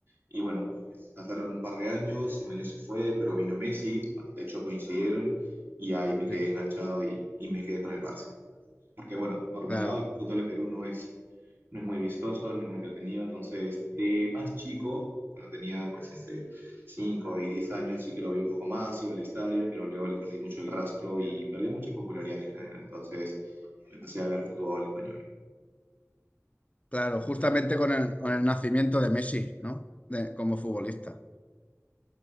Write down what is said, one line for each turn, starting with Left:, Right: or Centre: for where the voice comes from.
Right: y bueno, pasaron un par de años, Ronaldinho se fue, pero vino Messi, de hecho coincidieron y ahí me quedé
Left: Sí,
Right: enganchado y, y me quedé con el Barça. Porque bueno, por
Left: claro,
Right: mi lado el fútbol de Perú no es, no es muy vistoso, no es muy entretenido, entonces de más chico, cuando tenía pues entre 5 y 10 años, sí que lo vi un poco más, iba al estadio, pero luego le perdí mucho el rastro y perdí mucha popularidad en general, entonces empecé a ver fútbol español.
Left: claro, justamente con el, con el nacimiento de Messi, ¿no? De- como futbolista.